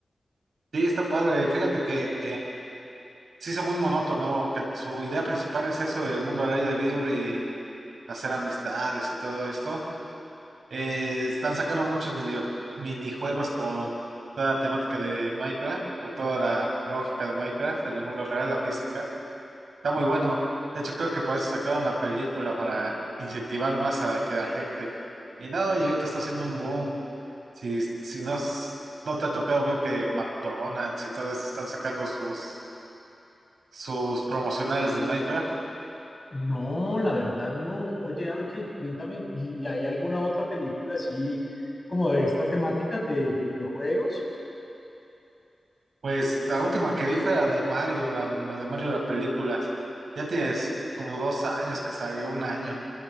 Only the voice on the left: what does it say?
No, la verdad no. Oye Ángel, cuéntame, ¿y, y hay alguna otra película así como de esta temática de videojuegos?